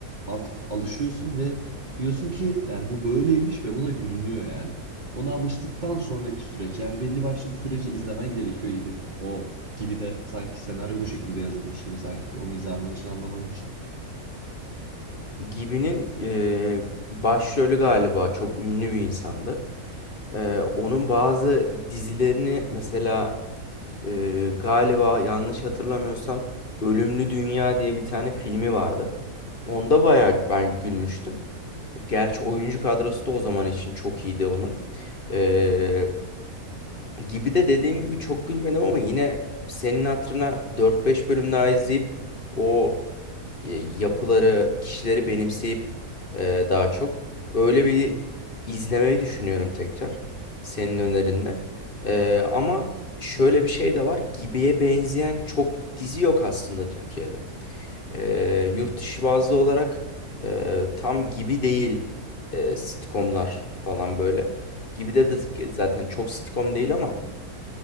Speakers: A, on the right; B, on the left.
A: artık alışıyorsun ve diyorsun ki yani bu böyleymiş ve buna gülünüyor yani ona alıştıktan sonraki süreç yani belli başlı bir süreci izlemen gerekiyor gibi. O gibi de sanki senaryo bu şekilde yazılmış gibi sanki o mizah anlayışını anlaman için.
B: Gibi'nin e, başrolü galiba çok ünlü bir insandı. Ee, onun bazı dizilerini mesela e, galiba yanlış hatırlamıyorsam Ölümlü Dünya diye bir tane filmi vardı. Onda bayağı ben gülmüştüm. Gerçi oyuncu kadrosu da o zaman için çok iyiydi onun. Ee, gibi de dediğim gibi çok gülmedim ama yine senin hatırına 4-5 bölüm daha izleyip o e, yapıları, kişileri benimseyip e, daha çok öyle bir izlemeyi düşünüyorum tekrar senin önerinle. E, ama şöyle bir şey de var. Gibi'ye benzeyen çok dizi yok aslında Türkiye'de. E, yurt dışı bazlı olarak e, tam Gibi değil e, sitcomlar falan böyle. Gibi'de de zaten çok sitcom değil ama